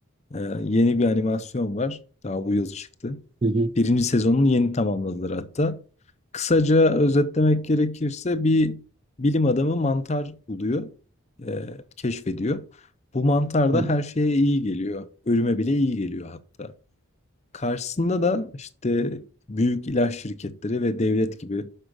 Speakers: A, on the left; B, on the right.
A: Ee, yeni bir animasyon var. Daha bu yıl çıktı.
B: Hı hı.
A: Birinci sezonunu yeni tamamladılar hatta. Kısaca özetlemek gerekirse bir bilim adamı mantar buluyor, e, keşfediyor. Bu mantar da
B: Hı.
A: her şeye iyi geliyor. Ölüme bile iyi geliyor hatta. Karşısında da işte büyük ilaç şirketleri ve devlet gibi